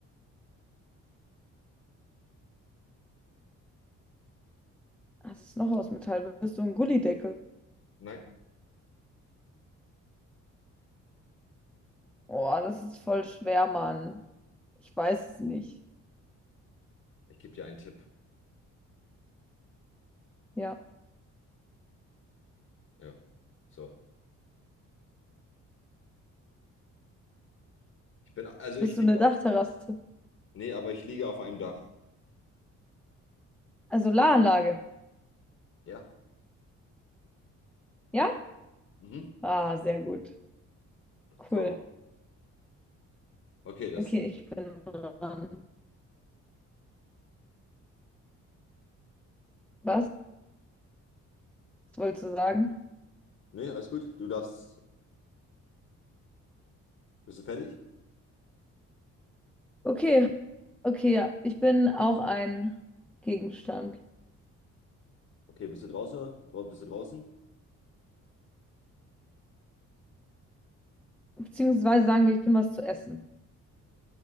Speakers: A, in the centre; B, on the left.
A: Was ist noch aus Metall? Bist du ein Gullydeckel?
B: nein.
A: Oh, das ist voll schwer, Mann. Ich weiß es nicht.
B: Ich gebe dir einen Tipp.
A: Ja.
B: Ja. So. Ich bin, also ich
A: Bist
B: liege.
A: du eine Dachterrasse?
B: Nee, aber ich liege auf einem Dach.
A: Also Solaranlage.
B: Ja.
A: Ja?
B: Mhm.
A: Ah, sehr gut. Cool.
B: Sauber. Okay, das.
A: Okay, ich bin dran. Was? Was wolltest du sagen?
B: Nee, alles gut. Du darfst. Bist du fertig?
A: Okay, okay, ja. Ich bin auch ein Gegenstand.
B: Okay, bist du draußen? Dra- Bist du draußen?
A: Beziehungsweise sagen wir, ich bin was zu essen.